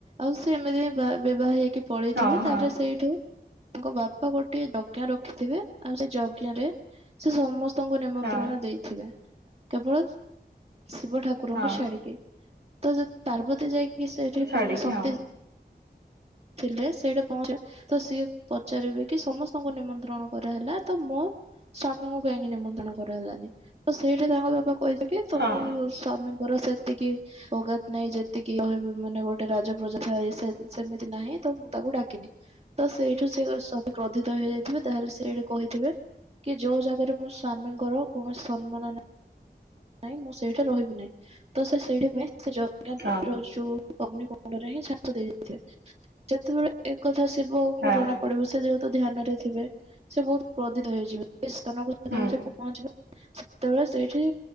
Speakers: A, on the right (about 35°); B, on the right (about 85°).
A: ଆଉ ସେ ଏମିତି ବି ବିବାହ ହେଇକି ପଳେଇଥିବେ
B: ହଁ ହଁ
A: ତାପରେ ସେଇଠୁ ତାଙ୍କ ବାପା ଗୋଟଏ ଯଜ୍ଞ ରଖିଥିବେ ଆଉ ସେ ଯଜ୍ଞ ରେ ସେ ସମସ୍ତ ସମସ୍ତଙ୍କୁ ନିମନ୍ତ୍ରଣ
B: ହଁ
A: ଦେଇଥିବେ କେବଳ ଶିବ ଠାକୁରଙ୍କୁ
B: ହଁ
A: ଛାଡିକି ତ ଜ ପାର୍ବତୀ ଯାଇକି ସେଠି
B: ଛାଡିକି
A: ମାନେ ସତ୍ୟ
B: ହଁ
A: ଜି ଥିଲେ ସେଇଟା ପହଞ୍ଚିବ ତ ସିଏ ପଚାରିବେ କି ସମସ୍ତଙ୍କୁ ନିମନ୍ତ୍ରଣ କରହଲା ତ ମ ସ୍ଵାମୀଙ୍କୁ କାହିଁକି ନିମନ୍ତ୍ରଣ କରାହେଲାନି ତ ସେଇଠି ତାଙ୍କ ବାପା କହିଥିଲେ କି ତମ
B: ହଁ
A: ସ୍ଵାମୀଙ୍କର ସେତିକି ଅକାତ ନାହିଁ ଯେତିକି ମାନେ ଗୋଟେ ରାଜପ୍ରଜା ଥାଏ ସେ ସେମିତି ନାହିଁ ତ ମୁଁ ତାକୁ ଡାକିନି ତ ସେଇ ଠୁ ସେ ସବୁ କ୍ରଧିତ ହେଇଯାଇଥିବେ ତାହେଲେ ସେଠି କହିିଥିବେ କି ଯୋଉ ଜାଗାରେ ମୋ ସ୍ଵାମୀଙ୍କର କୌଣସି ସମ୍ମାନ ନାହିଁ ନାଇଁ ମୁଁ ସେଇଠି ରହିବି ନାହିଁ ତ ସେ ସେଇଥି ପାଇଁ ସେ ଯଜ୍ଞ
B: ହଁ
A: କୁଣ୍ଡ ଯୁ ଅଗ୍ନି କୁଣ୍ଡ ରେ ଛାଞ୍ଚ ଦେଇ ଦେଇ ଦେଇଥିଲେ ଯେତେବେଳେ ଏକ କଥା ଶିବ ଙ୍କୁ
B: ହଁ
A: ଜଣା ପଡିବ ସେ ଯେହେତୁ ଧ୍ୟାନରେ ଥିବେ ସେ ବହୁତ କ୍ରୋଧିତ ହେଇଯିବେ ସେ ସ୍ଥାନକୁ ଯେତେବେଳେ
B: ହୁଁ
A: ସେ ପହଞ୍ଚିବେ ସେତେବେଳେ ସେଇଠି